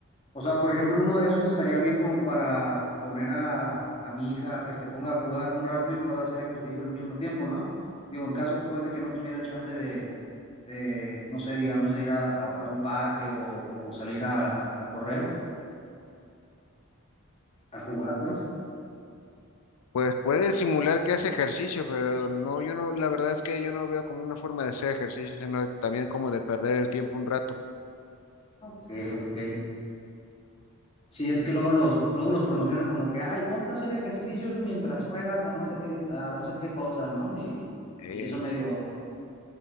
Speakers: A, on the left; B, on the left.
A: O sea, por ejemplo, uno de esos estaría bien como para poner a, a mi hija a que se ponga a jugar un rato y pueda hacer ejercicio al mismo tiempo, ¿no? Digo, en caso pues de que no tuviera chance de, de, no sé, digamos, de ir a, a- a un parque o, o salir a, a correr, a jugar, pues.
B: Pues puede simular que hace ejercicio, pero no, yo no, la verdad es que yo no lo veo como una forma de hacer ejercicio, sino también como de perder el tiempo un rato.
A: Ok, ok. Sí, es que luego los, luego los promocionan como que, ay, ponte a hacer ejercicio mientras juegas a no sé qué, a no sé qué cosa, ¿no? Y,
B: Eh,
A: y sí son medio,